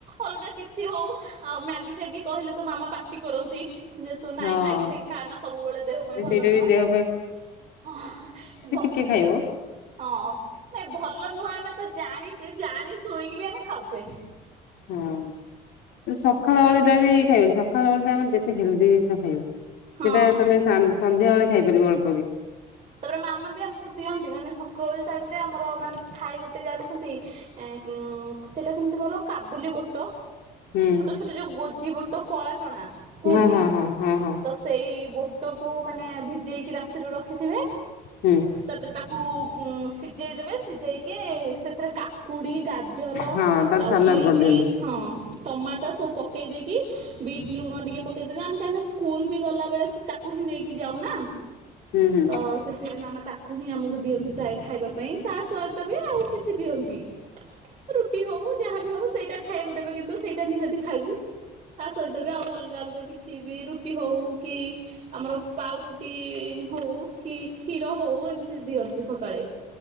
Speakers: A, on the right (about 40°); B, on the left (about 75°).
A: ଅଲଗା କିଛି ହଉ ଆଉ ମ୍ୟାଗି ଫ୍ୟାଗି କହିଲେ ତ ମାମା ପାାର୍ଟି କରନ୍ତି। ଯେତୁ ନାଇଁ
B: ହଁ
A: ମ୍ୟାଗି ଫଗି ଖାଆାନ ସବୁବେଳେ ଦେହ ପାଇଁ ଭଲ
B: ସେଇଟା
A: ନୁହଁ
B: ବି ଦେହ
A: ହଁ।
B: କି ଖାଇବ?
A: ହଁ ନାଇଁ ଭଲ ନୁହଁ ଆମେ ତ ଜାଣିଛେ ଜାଣି ଶୁଣିକି ବି ଆମେ ଖାଉଛେ।
B: ହଁ ସଖକାଳ ଓଉଳି ଟା ବି ଖାଇବେନି ସକାଳଳି ଟା ଆମର ଯେତେ ହେଲ୍ଦି ଜିନିଷ ଖାଇବ।
A: ହଁ
B: ସେଇଟା ତମେ ସନ୍ଧ୍ୟାବେଳେ ଖାଇପାରିବ ଅଳ୍ପ କି
A: ତାପରେ ମାମ ବି ଆମକୁ ଦିଅନ୍ତି ମାନେ ସକ୍ର ଓଳି ଟାଇମ ରେ ଆମର ଥାଏ ଗୋଟ ଜାଣିଛନ୍ତି। ଏ ଉ ସେଇଟା କେମିତି କହିଲ କାବୁଲି ବୋଟ
B: ହୁଁ
A: ଛୋଟ ଛୋଟ ଯୋଉ ଗୋଜିିବଟ କଳା ଚଣା କୁହନ୍ତି
B: ହଁ ହଁ ହଁ ହଁ ହଁ
A: ତ ସେଇ ବୋଟକୁ ମାନେ ଭିଜେଇକି ରାତିରୁ ରଖିଥିବେ।
B: ହୁଁ।
A: ତାପରେ ତାକୁ ସିଝେଇ ଦେବେ ସିଝେଇକି କିଏ ସେଥିରେ କାକୁଡି ଗାଜର
B: ହଁ ତାର
A: ଆଉ
B: ସାଲାଡ
A: ବିଟ
B: କରିଦିଅନ୍ତୁ
A: ହଁ ଟମାଟୋ ସବୁ ପକେଇ ଦେଇକି ବିଟ୍ ଲୁଣ ଟିକେ ପକେଇଦଲେ ଆମେ କାହିଁକିନା ସ୍କୁଲ ବି ଗଲା ବେଳେ ସେ ତାକୁ ହିଁ ନେଇକି ଯାଉ ନା
B: ହୁଁ ହୁଁ
A: ତ ସେ ସେ ମାମା ତାକୁ ହିଁ ଆମକୁ ଦିଅନ୍ତି ପ୍ରାୟ ଖାଇବା ପାଇଁ ତା ସହିତ ବି ଆଉ କିଛି ଦିଅନ୍ତି। ରୁଟି ହଉ ଯାହାବି ହଉ ସେଇଟା ଖାଇବାକୁ ଦେବେ କିନ୍ତୁ ସେଇଟା ନିହାତି ଖାଇବୁ। ତା ସହିତ ବି ଆଉ ଅଲଗା ଅଲଗା କିଛି କିଛି ବି ରୁଟି ହଉ କି ଆମର ପାଉ ରୁଟି ହଉ କି କ୍ଷୀର ହଉ ଏମିତି ଦିଅନ୍ତି ସକାଳେ।